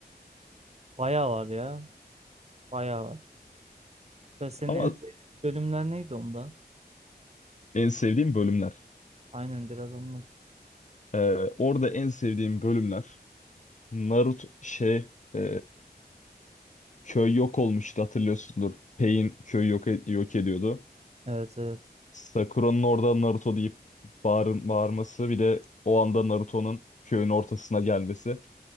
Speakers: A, on the right; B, on the left.
A: Bayağı var ya, bayağı var. Ve senin
B: Ama
A: en sevdiğin bölümler neydi onda?
B: en sevdiğim bölümler.
A: Aynen biraz anlat.
B: Ee, orada en sevdiğim bölümler Naruto şey e, köy yok olmuştu hatırlıyorsundur. Pain köyü yok, e, yok ediyordu.
A: Evet evet.
B: Sakura'nın orada Naruto deyip bağır, bağırması bir de o anda Naruto'nun köyün ortasına gelmesi.